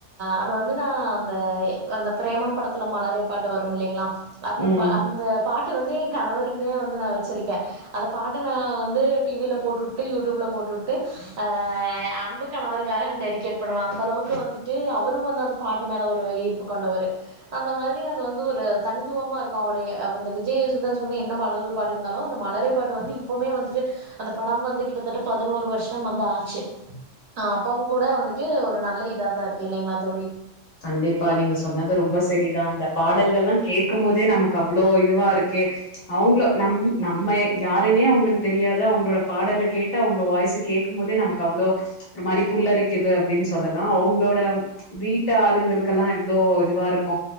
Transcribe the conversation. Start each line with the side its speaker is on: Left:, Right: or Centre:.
Right: அது வந்து நா அந்த அந்த பிரேமம் படத்துல மலரே பாட்டு வரு இல்லிங்களா அந்த
Left: ம்
Right: அந்த பாட்டு வந்து ஏ கணவருக்குனே வந்து நா வச்சுருக்கே அந்த பாட்ட நா வந்து டி வி ல போட்டுட் ட்டு யூடியூப்ல போட்டுட்டு அ அ அன்பு கணவருக்காக டெடிகேட் பண்ணுவ அந்தளவுக்கு வந்துட்டு அவரும் வந்து அந்த பாட்டு மேல ஒரு ஈர்ப்பு கொண்டவரு அந்த மாரி வந்து ஒரு தனித்துவமா இருக்கு அவுடய விஜய் ஏசுதாஸ் வந்து என்ன பாடல பாடிந்தாலு மலரே பாட்டு வந்து இ எப்பவுமே வந்துட்டு அந்த படம் வந்து கிட்டத்தட்ட பதினோரு வருஷம் வந்து ஆச்சு ஆ அப்பவும் கூட வந்துட்டு ஒரு நல்ல இதாதா இருக்கு இல்லிங்களா தோழி
Left: கண்டிப்பா நீங்க சொன்னது ரொம்ப செரிதா அந்த பாடல்கல்லா கேக்கும்போதே நமக்கு அவ்ளோ இதுவா இருக்கே அவுங்கள நம் நம்ம யாருனே அவங்களுக்கு தெரியாது அவுங்களோட பாடல கேட்டு அவுங்க வாய்ஸ கேக்கும்போதே நமக்கு அவ்ளோ ஒரு மாரி புல்லரிக்குது அப்டின்னு சொல்லலா அவுங்களோட வீட் டாளுங்களுகெல்லா எவ்ளோ இதுவா இருக்கு